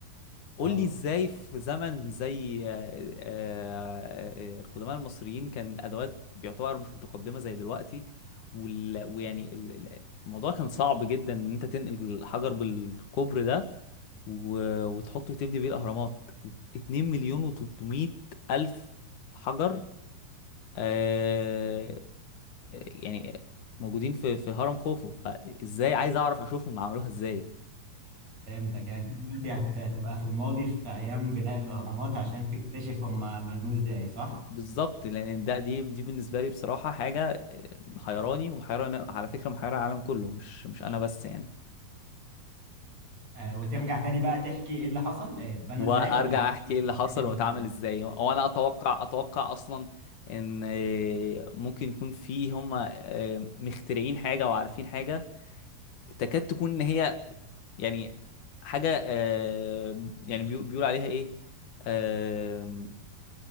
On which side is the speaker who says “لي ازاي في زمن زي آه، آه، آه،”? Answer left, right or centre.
Left